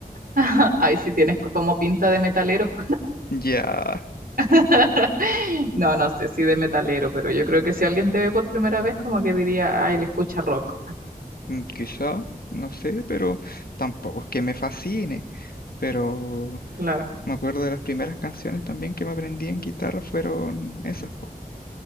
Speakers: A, on the right; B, on the left.
A: <laughs> Ahí sí tienes como pinta de metalero.
B: ya,
A: <laughs> No, no sé si de metalero, pero yo creo que si alguien te ve por primera vez, como que diría, ah, él escucha rock.
B: mm, quizá, no sé, pero tampoco es que me fascine. Pero
A: Claro.
B: me acuerdo de las primeras canciones también que me aprendí en guitarra fueron esas, po,